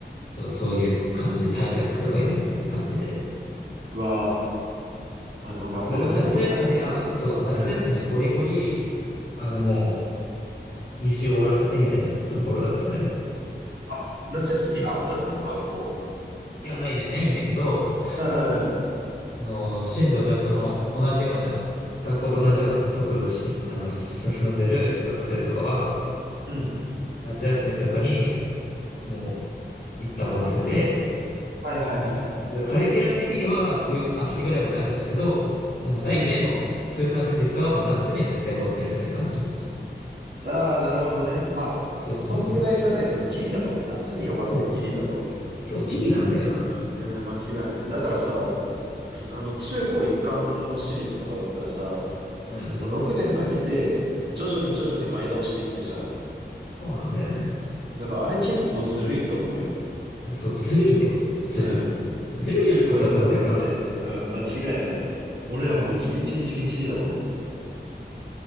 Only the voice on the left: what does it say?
そう、そういう感じ、対策とかになるっていう感じで。
そう、だから夏休みは、そう、夏休みはゴリゴリ、
あのもう、履修を終わらせてみたいなところだったね。
いや、ないない、ないんだけど、
あの、進路がその同じような、学校と同じような速度でし、あの、進んでる学生とかは、
夏休みとかにもう一旦終わらせて、
だからカリキュラム的には冬、秋ぐらいまであるんだけど、もう大体の通算を受けてる人はもう夏には絶対終わってるみたいな感じ。
そうそうそう。
そう。そう、ギリなんだよな。
うん。
そうなんだよね。
いや、そう、ずるいんだよ。普通に。
ずるいやつと戦ってるから。